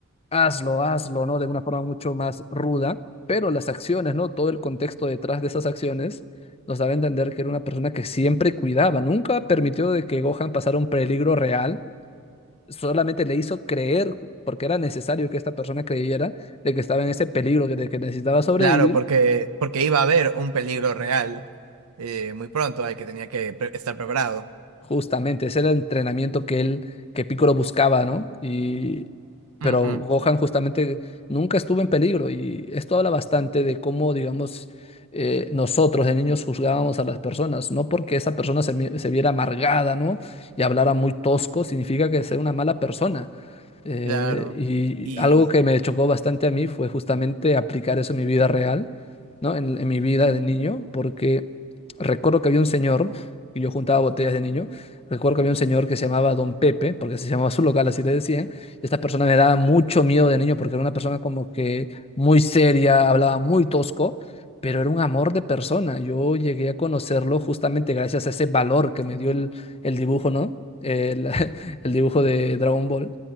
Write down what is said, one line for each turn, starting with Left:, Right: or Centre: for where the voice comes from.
Left: hazlo, hazlo, ¿no? De una forma mucho más ruda, pero las acciones, ¿no? Todo el contexto detrás de esas acciones nos daba a entender que era una persona que siempre cuidaba, nunca permitió de que Gohan pasara un peligro real, solamente le hizo creer, porque era necesario que esta persona creyera de que estaba en ese peligro, que- de que necesitaba sobrevivir
Right: Claro, porque, porque iba a haber un peligro real eh, muy pronto al que tenía que pre- estar preparado.
Left: Justamente, ese era el entrenamiento que él, que Piccolo buscaba, ¿no? Y, pero
Right: Ujú,
Left: Gohan justamente nunca estuvo en peligro y esto habla bastante de cómo, digamos, eh, nosotros de niños juzgábamos a las personas, no porque esa persona se, mi- se viera amargada, ¿no? Y hablara muy tosco, significa que es una mala persona. Eh,
Right: claro.
Left: y
Right: Y...
Left: algo que me chocó bastante a mí fue justamente aplicar eso en mi vida real, ¿no? En, en mi vida de niño, porque recuerdo que había un señor, y yo juntaba botellas de niño, Recuerdo que había un señor que se llamaba Don Pepe, porque así se llamaba su local, así le decían. esta persona me daba mucho miedo de niño porque era una persona como que muy seria, hablaba muy tosco, pero era un amor de persona. Yo llegué a conocerlo justamente gracias a ese valor que me dio el, el dibujo, ¿no? El, <laughs> el dibujo de Dragon Ball.